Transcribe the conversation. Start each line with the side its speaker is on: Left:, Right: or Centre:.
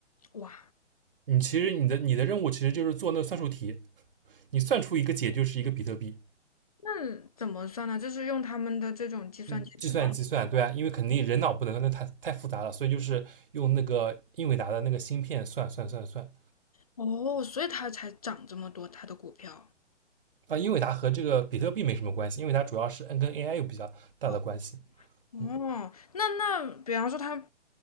Left: 哇，
Right: 你其实你的你的任务其实就是做那个算术题，你算出一个解就是一个比特币。
Left: 那怎么算呢？就是用他们的这种计算机自动，
Right: 嗯，计算计算，对啊，因为肯定人脑不能，那太太复杂了，所以就是用那个英伟达的那个芯片算算算算
Left: 哦，所以它才涨这么多，它的股票。
Right: 啊。英伟达和这个比特币没什么关系，因为它主要是 N 跟 AI 有比较大的关系。
Left: 哦。哦，
Right: 嗯
Left: 那那比方说他